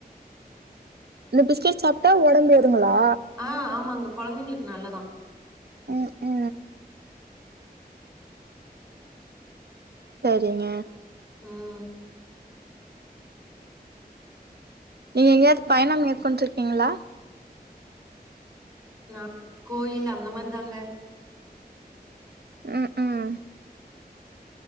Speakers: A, on the right (about 80°); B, on the right (about 20°).
A: இந்த பிஸ்கேட் சாப்ட்டா ஒடம்பு ஏருங்ளா
B: ஆ ஆமாங்க கொழந்தைங்களுக்கு நல்லதா
A: ம் ம் செரிங்க
B: ம்
A: நீங்க எங்கேயாவ்து பயணம் மேற்கொண்டுருக்கீங்களா
B: நா கோயில் அந்த மாரி தாங்க
A: ம் ம்